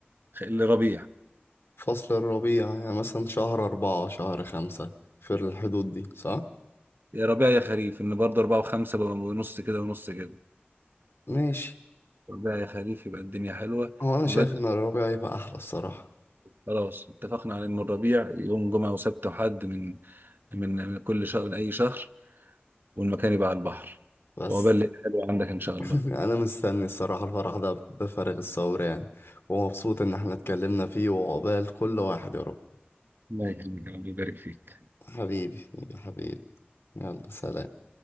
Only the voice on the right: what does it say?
لربيع
يا ربيع يا خريف ان برضه أربعة وخمسة بقى ونص كده ونص كده
ربيع يا خريف يبقى الدنيا حلوة
يبقى لك-
خلاص اتفقنا على ان الربيع يوم جمعة وسبت وحد من من من كل شهر من اي شهر والمكان يبقى على البحر
وعقبال الليل حلو عندك إن شاء
الله
الله يكرمك ربنا يبارك فيك